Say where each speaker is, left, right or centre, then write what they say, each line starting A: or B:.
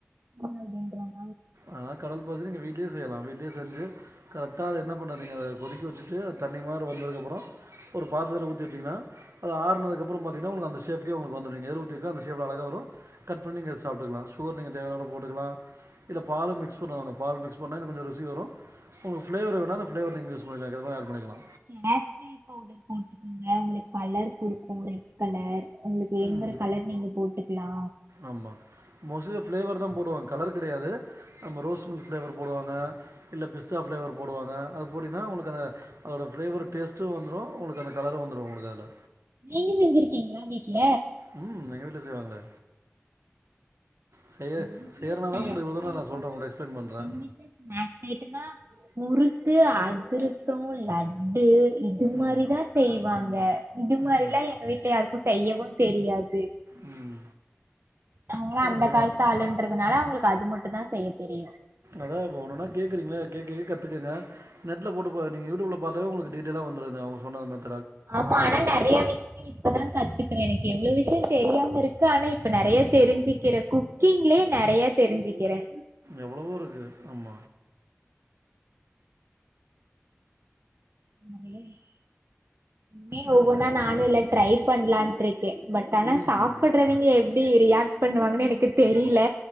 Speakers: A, on the right; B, on the right.
A: அப்பிடின்றங்க
B: ஆனா கடல் பாசி நீங்க வீட் ட்லியே செய்யலா வீட்லியே செஞ்சி கரெக்டா அத என்ன பண்ணனிங்க அத கொதிக்க வச்சிட்டு தண்ணி மார் வந்ததுக்கு அப்புறோ ஒரு பாத்தத்தில ஊத்தி வச்சீங்கன்னா அது ஆறனதுக்கு அப்புறோ பாத் த்திங்கன்னா உங்க அந்த சேஃப்கே உங்களுக்கு வந்துரு நீங்க எதுல உத்தி வக்கோ அந்த சேஃப்ல அழகா வரு கட் பண்ணி நீங்க சாப்பிட்டுக்கலா சுகர் நீங்க தேவையான அளவு போட்டுக்கலா இல்ல பாலு மிக்ஸ் பண்ணு வாங்க பால் மிகஸ் பண்ணா இன்ன கொஞ்ச ருசி வரு உங்ளுக்கு ஃப்ளேவர் வேணா அந்த ஃப்ளேவர் நீங்க யூஸ் பண்ணிக்கால அதுக்கேத்த மாரி ஆட் பண்ணிக்கலா
A: கேசி பவுடர் போட்டுக்கோங்க உங்களுக்கு கலர் குடுக்கு ரெட் கலர் உங்களுக்கு வேணுங்கற
B: ம்
A: கலர் நீங்க போட்டுக்கலா
B: ஆமா மோஸ்ட்லி ஃப்ளேவர் தா போடுவாங்க கலர் கிடையாது நம்ம ரோஸ் மில்க் ஃப்ளேவர் போடுவாங்க இல்ல பிஸ்தா ஃப்ளேவர் போடுவாங்க அது போட்டீங்கன்னா உங்களுக்கு அந்த அதோட ஃப்ளேவர் டேஸ்டு வந்துரு உங்களுக்கு அந்த கலரு வந்துரு உங்களுக்கு அதில
A: நீங்க செஞ்சிருக்கீங்களா வீட்ல
B: ம் எங்க வீட்ல செய்வாங்களே செய
A: வீட்ல
B: செயறனாதா
A: ஸ்நாக்ஸ்
B: உங்களுடு இவ்ளோ தூரோ
A: ஐட்டம்னா
B: நா சொல்றே உங்கட்ட எக்ஸ்பிளைன் பண்ணுறே
A: எங்க வீட்ல ஸ்நாக்ஸ் ஆயிட்டன்னா முறுக்கு அதிரசம் லட்டு இது மாரிதா
B: ம்.
A: செய்வாங்க இது மாரில்லா
B: ம்.
A: எங்க வீட்ல யாருக்கு செய்யவு தெரியாது
B: ம்
A: அவங்களா அந்த
B: போனா
A: காலத்து ஆளுன்றதுனால அவங்களுக்கு அது மட்டுதா செய்ய தெரியு
B: அதா இப்ப ஒன்னுனா கேக்குறீங்கள கேக்கு கே கத்துக்குங்க நெட்ல போட்டு பா நீங்க யூடியூப்ல பாத்தாவே உங்களுக்கு டீடெய்லா வந்துரு இத அவுங்க சொன்னத மாரி
A: ஆமா ஆனா நெறைய விஷ் இத்ததெல்லா கத்துக்குறே எனக்கு எவ்ளோ விஷ்யோ தெரியாம இருக்கு ஆனா இப்ப நெறைய தெரிஞ்சிக்கிற குக் கீங்களே நெறைய தெரிஞ்சுக்கிறே
B: எவ்வளவோ இருக்கு ம்
A: நெறைய இரு மே
B: வேற
A: ஒவ்வொன்னா
B: என்ன?
A: நானு இல்ல ட்ரை பண்ணலான்ட்டு இருக்கே பட் ஆனா
B: ம்.
A: சாப்படறவிங்க எ ப்டி ரியாக்ட் பண்ணுவாங்கன்னு எனக்கு தெரியல